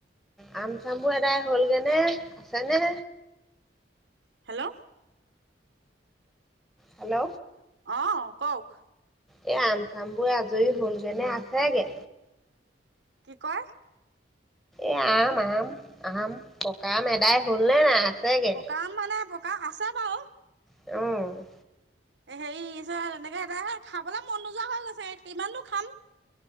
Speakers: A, in the centre; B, on the right (about 70°).
A: আম চামবোৰ এদাই হ'লগে নে আছে নে?
B: হেল্ল'।
A: হেল্ল'।
B: অ', কওক
A: এই আম চাম বোৰ আজৰি হ'লগে নে আছেগে?
B: কি কয়?
A: এ আম আম আম, পকা আম এদাই হ'ল নে নাই? আছেগে
B: পকা আম মানে পকা আছে বাৰু।
A: অ'।
B: হেৰি এনেকে এ <unintelligible> খাবলৈ মন নোযোৱা হৈ গৈছে কিমান নো খাম